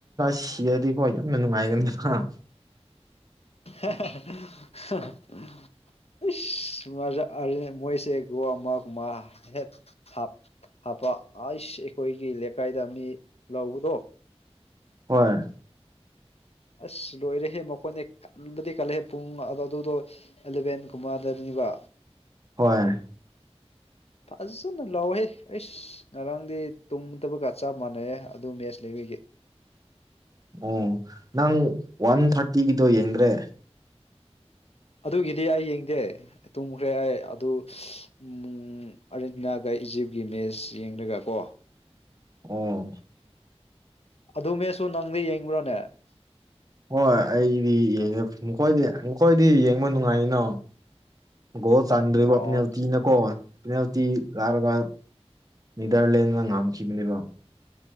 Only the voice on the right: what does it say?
ꯁꯤꯔꯗꯤꯀꯣ ꯌꯥꯝꯅ ꯅꯨꯡꯉꯥꯏꯒꯅꯤꯅ
ꯍꯣꯏ
ꯍꯣꯏ
ꯑꯣ ꯅꯪ ꯋꯥꯟ ꯊꯥꯔꯇꯤꯒꯤꯗꯣ ꯌꯦꯡꯗ꯭ꯔꯦ
ꯑꯣ
ꯍꯣꯏ ꯑꯩꯗꯤ ꯌꯦꯡꯉꯦ ꯃꯈꯣꯏꯗꯤ ꯃꯈꯣꯏꯗꯤ ꯌꯦꯡꯕ ꯅꯨꯡꯉꯥꯏꯅꯣ ꯒꯣ ꯆꯥꯟꯗꯔꯤꯕ
ꯑꯄꯤꯅ ꯇꯤ ꯅꯀꯣ ꯑ ꯇꯤ ꯂꯥꯔꯒ ꯅꯤꯗꯔꯂꯦꯟꯗ ꯉꯝꯈꯤꯕꯅꯤꯕ